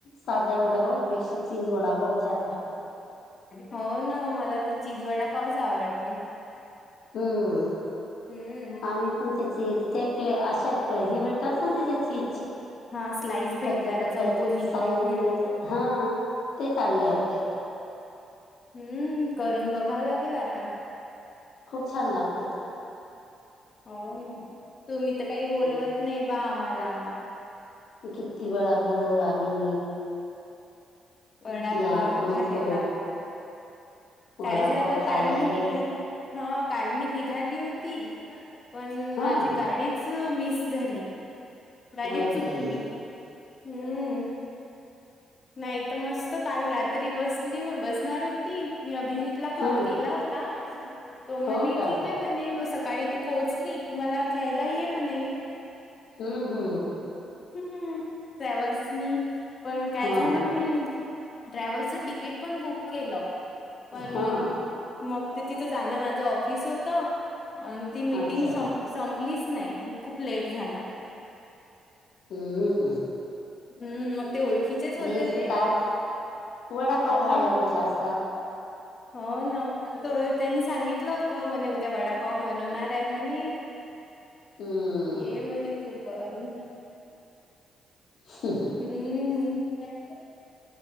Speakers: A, on the left (about 60°); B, on the left (about 45°).
A: साध्या वडापावपेक्षा
B: हो
A: चीज वडापाव छान लागतो.
B: हो ना ओ मला ते चिज वडापावच आवडते.
A: हम्म
B: हम्म
A: आम्ही पण त्याची ते पले अशा हे भेटतात ना त्याच्या ची
B: हा स्लाईस भेटतात
A: पतल्या पतल्या
B: चौकोनी
A: साईझ
B: हम्म
A: हा <unintelligible>
B: हो
A: होते.
B: हम्म करून बघावं लागेल आता.
A: खूप छान लागते.
B: हो ना तुम्ही तर काही बोलवत
A: हम्म.
B: नाही बा आम्हाला.
A: किती वेळा बोलावला आम्ही.
B: वडापाव
A: या तर म्हणतो
B: खायला.
A: वडापाव
B: काय झालं,
A: खायला
B: कारण
A: ये
B: मी निघाली. हां.. काल मी निघाली होती, पण
A: हा
B: माझी गाडी. चुमिस झाली, गाडीच
A: अरे
B: चुकली हम्म. नाही तर मस्त काल रात्री बसली, बसणार होती मी अभिजीत. कॉल
A: हा
B: केला होता, तो
A: हो
B: म्हणे
A: का
B: ठीक आहे. म्हणे मग सकाळी तू पोहोचली की, मला घ्यायला ये म्हणे.
A: हम् हम्.
B: हं.. ट्व्हल्सनी पण, काय
A: हा
B: झालं मी. ट्रॅव्हल्स तिकीट पण बुक केलं. पण,
A: हा
B: मग ते तिथं जाणं माझं ऑफिस होत, आणि ती मिटिंग
A: अच्छा
B: सं संपलीच नाही, खूप लेट झालं.
A: हम् हम.
B: हम्म. मग ते ओळखीचेच होते
A: असती
B: ते,
A: तर आज वडापाव
B: हो
A: खायला भेटला असता.
B: हो ना. तर त्यांनी सांगितलं होत म्हणे, उद्या वडापाव बनवणार आहे म्हणे.
A: हम्म
B: ये म्हणे, तू पण.
A: ह्.
B: हम्म.